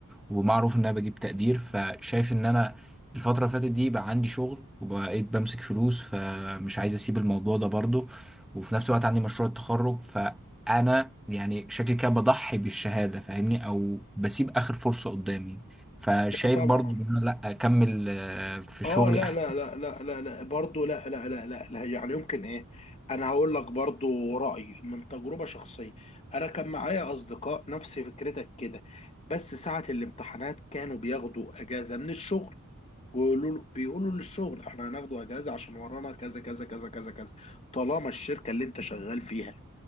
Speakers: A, in the centre; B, on the left.
A: ومعروف ان انا بجيب تقدير فشايف ان انا الفترة اللي فاتت دي بقى عندي شغل وبقيت بمسك فلوس فمش عايز اسيب الموضوع ده برضو وفي نفس الوقت عندي مشروع التخرج فانا يعني شكلي كده بضحي بالشهادة فاهمني او بسيب اخر فرصة قدامي فشايف
B: لا طبعا
A: برضو ان انا لا اكمل آه، في
B: اه
A: شغلي
B: لا
A: احسن
B: لا لا لا لا لا برضه لا لا لا لا لا يعني يمكن ايه انا هقول لك برضه رأيي من تجربة شخصية انا كان معايا اصدقاء نفس فكرتك كده بس ساعة الامتحانات كانوا بياخدوا اجازة من الشغل ويقولوا له- بيقولوا للشغل احنا هناخدوا اجازة عشان ورانا كذا كذا كذا كذا كذا طالما الشركة اللي انت شغال فيها